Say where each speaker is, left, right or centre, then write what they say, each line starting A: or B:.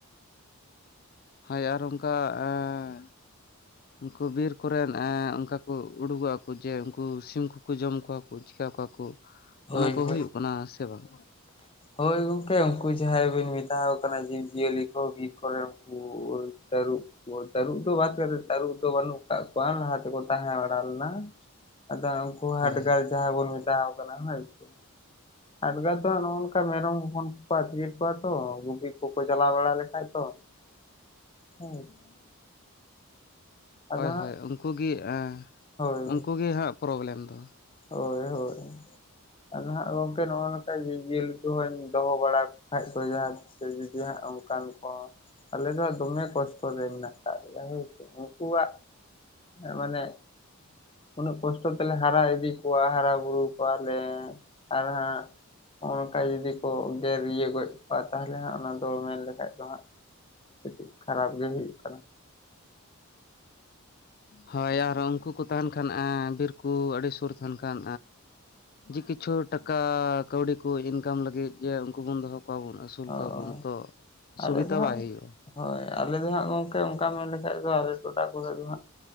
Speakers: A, on the left; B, on the left.
A: ᱦᱳᱭ ᱟᱨ ᱚᱱᱠᱟ ᱮᱸᱻ ᱩᱱᱠᱩ ᱵᱤᱨ ᱠᱚᱨᱮᱱ ᱮᱸᱻ ᱚᱱᱠᱟ ᱠᱚ ᱩᱰᱩᱠᱚᱜᱼᱟ ᱠᱚ ᱠᱩ ᱡᱮ ᱩᱱᱠᱩ ᱥᱤᱢ ᱠᱚᱠᱚ ᱡᱚᱢ ᱠᱚᱣᱟ ᱠᱚ ᱪᱤᱠᱟ ᱠᱚᱣᱟ ᱠᱚ
B: ᱦᱳᱭ
A: ᱚᱱᱟ ᱠᱚ
B: ᱦᱳᱭ
A: ᱦᱩᱭᱩᱜ ᱠᱟᱱᱟ ᱥᱮ ᱵᱟᱝ?
B: ᱦᱳᱭ ᱜᱚᱝᱠᱮ ᱩᱱᱠᱩ ᱡᱟᱦᱟᱸᱭ ᱵᱤᱱ ᱢᱮᱛᱟ ᱠᱚ ᱠᱟᱱᱟ ᱡᱤᱵᱽᱡᱤᱭᱟᱹᱞᱤ ᱠᱚ ᱵᱤᱨ ᱠᱚᱨᱮ ᱩᱱᱠᱩ ᱛᱟᱹᱨᱩᱵ ᱚ ᱛᱟᱹᱨᱩᱵ ᱫᱚ ᱵᱟᱫ ᱠᱟᱛᱮ ᱛᱟᱹᱨᱩᱵ ᱫᱚ ᱵᱟᱹᱱᱩᱜ ᱠᱟᱜ ᱠᱚᱣᱟ ᱞᱟᱦᱟ ᱛᱮᱠᱚ ᱛᱟᱦᱮᱸ ᱵᱟᱲᱟ ᱞᱮᱱᱟ᱾ ᱟᱫᱚ ᱩᱱᱠᱩ ᱦᱟᱴᱜᱟᱨ
A: ᱦᱳᱭ
B: ᱡᱟᱦᱟᱸ ᱵᱚᱱ ᱢᱮᱛᱟᱟᱣ ᱠᱟᱱᱟ ᱦᱳᱭ ᱥᱮ᱾ ᱦᱟᱴᱜᱟᱨ ᱫᱚ ᱱᱚᱜᱼ ᱱᱚᱝᱠᱟ ᱢᱮᱨᱚᱢ ᱦᱚᱯᱚᱱ ᱠᱚᱠᱚ ᱟᱹᱛᱠᱤᱨ ᱠᱚᱣᱟ ᱛᱚ, ᱜᱩᱯᱤ ᱠᱚᱠᱚ ᱪᱟᱞᱟᱣ ᱵᱟᱲᱟ ᱞᱮᱠᱷᱟᱡ ᱛᱚ ᱦᱮᱸ᱾ <inaudible>
A: <inaudible>
B: ᱟᱫᱚ
A: ᱦᱳᱭ
B: ᱦᱟᱸᱜ
A: ᱦᱳᱭ ᱩᱱᱠᱩᱜ ᱜᱤ ᱮᱸ
B: ᱦᱳᱭ
A: ᱩᱱᱠ ᱜᱮ ᱦᱟᱸᱜ ᱯᱨᱚᱵᱞᱮᱢ ᱫᱚ᱾
B: ᱦᱳᱭ ᱦᱳᱭ ᱟᱫᱚ ᱱᱟᱦᱟᱜ ᱜᱚᱝᱠᱮ ᱱᱚᱜᱼᱚ ᱱᱚᱝᱠᱟ ᱡᱤᱵᱽ ᱡᱤᱭᱟᱹ ᱠᱚᱦᱚᱧ ᱫᱚᱦᱚ ᱵᱟᱲᱟ <unintelligible> ᱠᱷᱟᱡ ᱠᱚ ᱡᱟᱸᱦᱟᱡ ᱥᱮ ᱡᱩᱫᱤ ᱦᱟᱸᱜ ᱚᱱᱠᱟᱱ ᱠᱚ, ᱟᱞᱮ ᱫᱚ ᱱᱟᱸᱜ ᱫᱚᱢᱮ ᱠᱚᱥᱴᱚ ᱞᱮ ᱢᱮᱱᱟᱜ ᱠᱟᱜ ᱞᱮᱭᱟ ᱦᱳᱭ ᱥᱮ ᱩᱱᱠᱩᱣᱟᱜ <unintelligible> ᱢᱟᱱᱮ ᱩᱱᱟᱹᱜ ᱠᱚᱥᱴᱚ ᱛᱮᱞᱮ ᱦᱟᱨᱟ ᱤᱫᱤ ᱠᱚᱣᱟ ᱦᱟᱨᱟ ᱵᱩᱨᱩ ᱠᱚᱣᱟ ᱞᱮ ᱟᱨ ᱦᱟᱸᱜ ᱱᱚᱜ ᱱᱚᱝᱠᱟ ᱡᱩᱫᱤ ᱠᱚ ᱜᱮᱨ ᱤᱭᱟᱹ ᱜᱚᱡ ᱠᱚᱣᱟ ᱛᱟᱦᱚᱞᱮ ᱦᱟᱸᱜ ᱚᱱᱟ ᱫᱚ ᱢᱮᱱ ᱞᱮᱠᱷᱟᱡ ᱫᱚ ᱦᱟᱸᱜ ᱠᱟᱹᱴᱤᱡ ᱠᱷᱟᱨᱟᱯ ᱜᱮ ᱦᱩᱭᱩᱜ ᱠᱟᱱᱟᱠ᱾
A: ᱦᱳᱭ ᱟᱨᱚᱸ ᱩᱱᱠᱩ ᱠᱚ ᱛᱟᱦᱮᱱ ᱠᱷᱟᱱ ᱵᱤᱨᱠᱩ ᱟᱹᱰᱤ ᱥᱩᱨ ᱛᱟᱸᱦᱮᱱ ᱠᱷᱟᱱ ᱡᱮ ᱠᱤᱪᱷᱩ ᱴᱟᱠᱟ ᱠᱟᱹᱣᱰᱤ ᱠᱚ ᱤᱱᱠᱟᱢ ᱞᱟᱹᱜᱤᱫ ᱡᱮ ᱩᱱᱠᱩ ᱵᱚᱱ ᱫᱚᱦᱚ ᱠᱚᱣᱟᱵᱚᱱ ᱟᱹᱥᱩᱞ
B: ᱦᱳᱭ
A: ᱟᱹᱥᱩᱞ ᱠᱚ ᱵᱚᱱᱛᱚ
B: ᱦᱳᱭ
A: ᱥᱩᱵᱤᱫᱟ
B: ᱟᱞᱮ ᱫᱚ ᱦᱟᱸᱜ
A: ᱵᱟᱭ ᱦᱩᱭᱩᱜᱼᱟ᱾
B: ᱦᱳᱭ ᱟᱞᱮ ᱫᱚ ᱦᱟᱸᱜ ᱜᱚᱢᱠᱮ ᱚᱱᱠᱟ ᱢᱮᱱ ᱞᱮᱠᱷᱟᱡ ᱫᱚ ᱟᱞᱮ ᱜᱚᱰᱟ ᱠᱚᱨᱮ ᱫᱚ ᱦᱟᱸᱜ